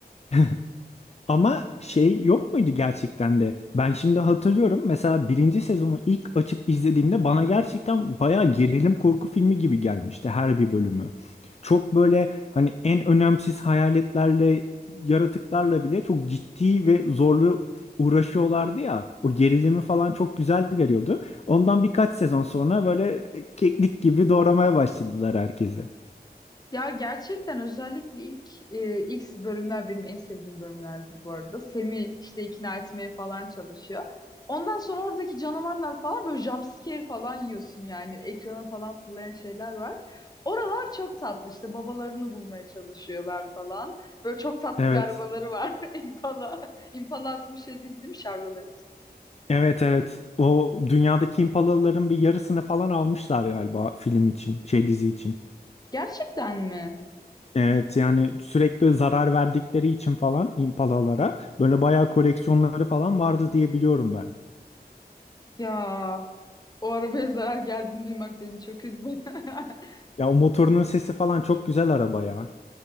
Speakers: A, on the left; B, on the left.
A: <laughs> Ama şey yok muydu gerçekten de? Ben şimdi hatırlıyorum mesela birinci sezonu ilk açıp izlediğimde bana gerçekten bayağı gerilim korku filmi gibi gelmişti her bir bölümü. Çok böyle hani en önemsiz hayaletlerle, yaratıklarla bile çok ciddi ve zorlu uğraşıyorlardı ya. O gerilimi falan çok güzel veriyordu. Ondan birkaç sezon sonra böyle keklik gibi doğramaya başladılar herkese.
B: Ya gerçekten özellikle ilk e, ilk bölümler benim en sevdiğim bölümlerdir bu arada. Semi işte ikna etmeye falan çalışıyor. Ondan sonra oradaki canavarlar falan böyle jumpscare falan yiyorsun yani. Ekrana falan fırlayan şeyler var. Oralar çok tatlı işte babalarını bulmaya çalışıyorlar falan. Böyle çok tatlı
A: Evet.
B: bir arabaları var. <laughs> Impala. Impala 67 değil mi Chevrolet?
A: Evet evet. O dünyadaki impalaların bir yarısını falan almışlar galiba film için, şey dizi için.
B: Gerçekten mi?
A: Evet yani sürekli zarar verdikleri için falan impalalara böyle bayağı koleksiyonları falan vardı diye biliyorum ben.
B: Ya o arabaya zarar geldiğini duymak beni çok üzdü. <laughs>
A: Ya o motorunun sesi falan çok güzel araba ya.